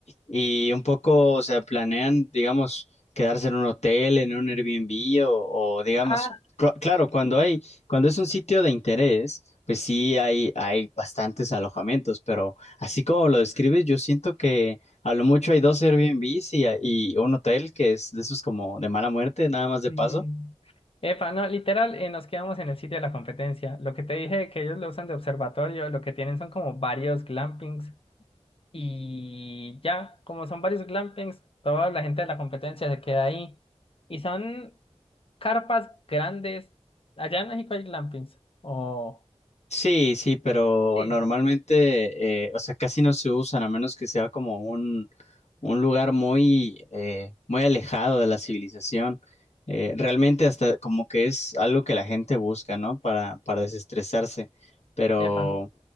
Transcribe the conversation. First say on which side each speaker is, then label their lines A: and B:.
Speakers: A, on the left; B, on the left.
A: Y un poco, o sea, planean, digamos, quedarse en un hotel, en un Airbnb o, o, digamos,
B: Ah,
A: cl- claro, cuando hay, cuando es un sitio de interés, pues sí hay, hay bastantes alojamientos, pero así como lo describes, yo siento que a lo mucho hay dos Airbnbs y, y un hotel que es de esos como de mala muerte, nada más de
B: mm,
A: paso.
B: epa, no, literal, eh, nos quedamos en el sitio de la competencia. Lo que te dije que ellos lo usan de observatorio, lo que tienen son como varios glampings Y ya, como son varios glampings, toda la gente de la competencia se queda ahí. Y son carpas grandes. Allá en México hay glampings. O.
A: Sí, sí, pero
B: Sí.
A: normalmente, eh, o sea, casi no se usan, a menos que sea como un, un lugar muy, eh, muy alejado de la civilización. Eh, realmente hasta como que es algo que la gente busca, ¿no? Para, para desestresarse. Pero,
B: Epa,